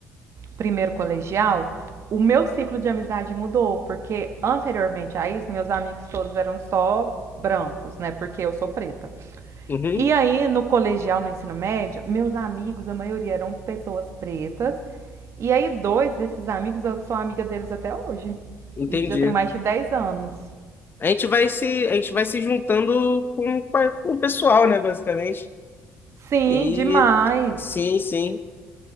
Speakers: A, on the right (about 50°); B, on the left (about 35°).
A: primeiro colegial, o meu ciclo de amizade mudou, porque anteriormente a isso, meus amigos todos eram só brancos, né? Porque eu sou preta.
B: Uhum,
A: E aí, no colegial, no ensino médio, meus amigos, a maioria eram pessoas pretas. E aí, dois desses amigos, eu sou amiga deles até hoje.
B: entendi.
A: Isso já tem mais de dez anos.
B: A gente vai se, a gente vai se juntando com, com o pessoal, né, basicamente.
A: Sim,
B: E
A: demais.
B: sim, sim.